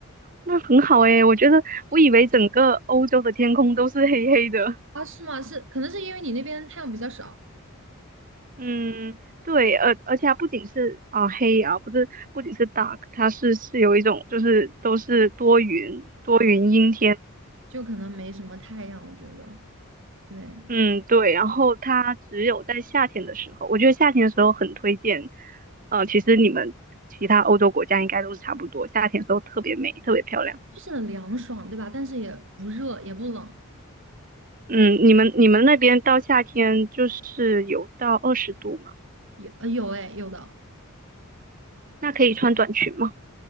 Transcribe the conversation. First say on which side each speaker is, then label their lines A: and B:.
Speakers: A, on the right; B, on the right.
A: 那很好诶，我觉得我以为整个欧洲的天空都是黑黑的。
B: 啊，是吗？是，可能是因为你那边太阳比较少，
A: 嗯，对，而而且它不仅是啊、黑啊，不是不仅是 dark，它是是有一种就是都是多云多云阴天。
B: 哦，就可能没什么太阳，我觉得，对，
A: 嗯，对，然后它只有在夏天的时候，我觉得夏天的时候很推荐。呃，其实你们其他欧洲国家应该都是差不多，夏天的时候特别美，特别漂亮。
B: 就是很凉爽，对吧？但是也不热，也不冷，
A: 嗯，你们你们那边到夏天就是有到二十度嘛？
B: 有呃有哎，有的
A: 那可以穿短裙吗？